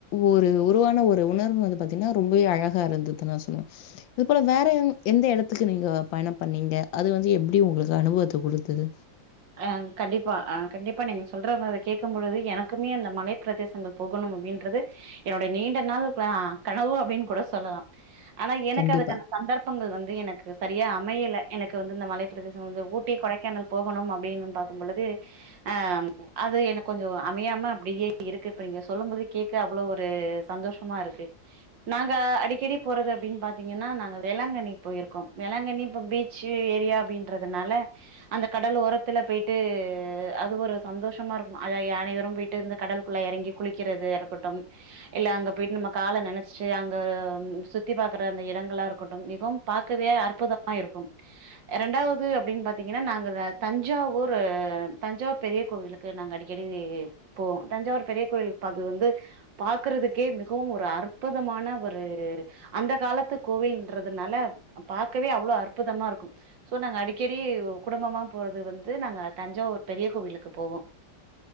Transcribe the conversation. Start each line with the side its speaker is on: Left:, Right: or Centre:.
Left: ஒரு உருவான ஒரு உணர்வு வந்து பாத்தீங்கன்னா ரொம்பவே அழகாக இருந்தது நா சொல்வே இது போல வேற எந்த எடத்துக்கு நீங்க பயணம் பண்ணீங்க அது வந்து எப்டி உங்களுக்கு அனுபவத்தை குடுத்தது
Right: ஆ கண்டிப்பா ஆ கண்டிப்பா நீங்க சொல்றத கேக்கும் பொழுது எனக்குமே அந்த மலை பிரதேசங்கள் போகணும் அப்டின்றது என்னோடைய நீண்ட நாள் ஆ கனவு அப்டின்னு கூட சொல்லலா ஆனா எனக்கு
Left: கண்டிப்பா
Right: அதுக்கான சந்தர்ப்பங்கள் வந்து எனக்கு சரியா அமையல எனக்கு வந்து இந்த மலை பிரதேசங்கள இருக்கு ஊட்டி கொடைக்கானல் போகணும் அப் வேணுனு பாக்கும்பொழுது ஆ ம் அது எனக்கு கொஞ்சோ அமையாம அப்டியே இருக்கு இப்ப நீங்க சொல்லும்போது கேட்க அவ்வளவு ஒரு சந்தோஷமா இருக்கு நாங்க அடிக்கடி போறது அப்டின்னு பாத்தீங்கன்னா நாங்க வேளாங்கண்ணி போயிருக்கோம் வேளாங்கண்ணி இப்ப பீச் ஏரியா அப்படின்றதுனால அந்த கடல் ஓர இடத்துல போயிட்டு அது ஒரு சந்தோஷமா இருக்கும் அனைவரும் போயிட்டு இருந்து கடலுக்குள்ள எறங்கி குளிக்கிறது இருக்கட்டும் இல்ல அங்க போயிட்டு நம்ம கால நனைச்சிட்டு அங்க சுத்தி பாக்குற அந்த இடங்களா இருக்கட்டும் மிகவும் பாக்கவே அற்புதமா இருக் க்கும் ரெண்டாவது அப்டின்னு பாத்தீங்கன்னா நாங்க தஞ்சாவூர் தஞ்சாவூர் பெரிய கோவிலுக்கு நாங்க அடிக்கடி போவோ தஞ்சாவூர் பெரிய கோயில் அது வந்து பாக்கறதுக்கே மிகவும் ஒரு அற்புதமான ஒரு அந்த காலத்து கோவில்ன்றதுனால பாக்கவே அவ்ளோ அற்புதமா இருக்கும் ஸோ நாங்க அடிக்கடி குடும்பமா போறது வந்து நாங்க தஞ்சாவூர் பெரிய கோவிலுக்கு போவோ